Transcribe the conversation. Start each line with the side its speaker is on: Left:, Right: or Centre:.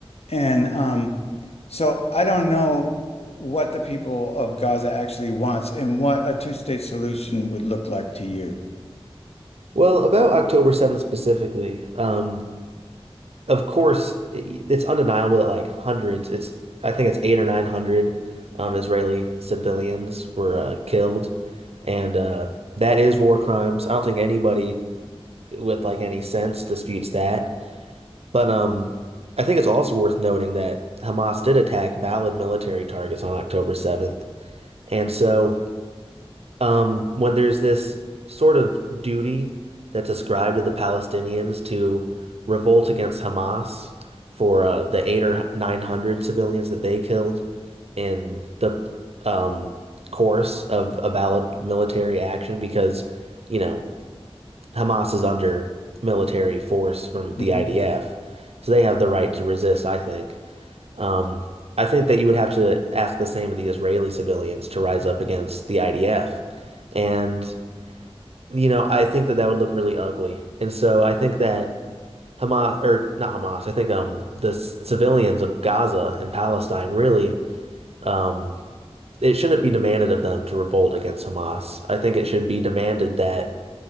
Left: And um, so I don't know what the people of Gaza actually wants and what a two-state solution would look like to you.
Right: Well, about October 7th specifically, um, of course, it, it's undeniable that like hundreds, it's I think it's eight or nine hundred um, Israeli civilians were uh, killed, and uh, that is war crimes. I don't think anybody with like any sense disputes that. But um, I think it's also worth noting that Hamas did attack valid military targets on October 7th. And so um, when there's this sort of duty that's ascribed to the Palestinians to revolt against Hamas for uh, the eight or 900 civilians that they killed in the um, course of a valid military action, because, you know, Hamas is under military force from the
Left: hmm
Right: IDF, so they have the right to resist, I think. Um, I think that you would have to ask the same of the Israeli civilians to rise up against the IDF. And, you know, I think that that would look really ugly. And so I think that Hamas, or not Hamas, I think um, the s- civilians of Gaza and Palestine really, um, it shouldn't be demanded of them to revolt against Hamas. I think it should be demanded that